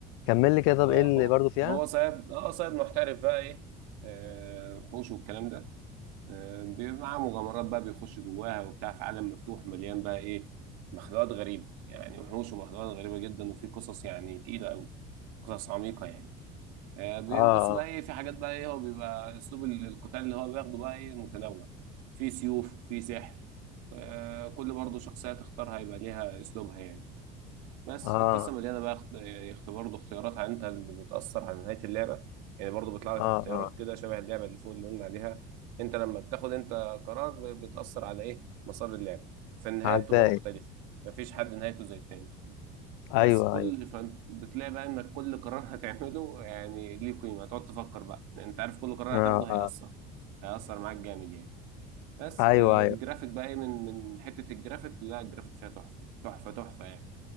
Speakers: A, on the left; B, on the right.
A: كمل لي كده طب
B: اه
A: ايه اللي
B: هو
A: برضه فيها
B: هو صياد اه صياد محترف بقى ايه آه، وحوش والكلام ده آه، بيبقى معاه مغامرات بقى بيخش جواها وبتاع في عالم مفتوح مليان بقى ايه مخلوقات غريبة يعني وحوش ومخلوقات غريبة جدا وفي قصص يعني تقيلة أوي قصص عميقة يعني آه، بيبص
A: اه
B: بقى ايه في حاجات بقى ايه هو بيبقى اسلوب ال- القتال اللي هو بياخده بقى ايه متنوع في سيوف في سحر آه، كل برضه شخصية تختارها يبقى ليها اسلوبها يعني بس
A: اه
B: القصة مليانة بقى اخت- يعني اخت- برضه اختيارات عن انت اللي بتأثر على نهاية اللعبة يعني برضه بيطلع لك
A: اه اه
B: اختيارات
A: اه
B: كده شبه اللعبة اللي فوق اللي قلنا عليها انت لما بتاخد انت قرار ب- بتأثر على ايه مسار اللعبة فالنهاية
A: على
B: بتبقى
A: الباقي
B: مختلفة مفيش حد نهايته زي التاني
A: ايوه
B: بس كل
A: ايوه
B: فبتلاقي بقى انك كل قرار <laughs> هتعمله يعني ليه قيمه هتقعد تفكر بقى لان انت عارف كل قرار
A: اه
B: هتاخده هيأثر
A: اه
B: هيأثر معاك جامد يعني بس
A: ايوه
B: آه،
A: ايوه
B: الجرافيك بقى ايه من من حته الجرافيك لا الجرافيك فيها تحفه تحفه تحفه يعني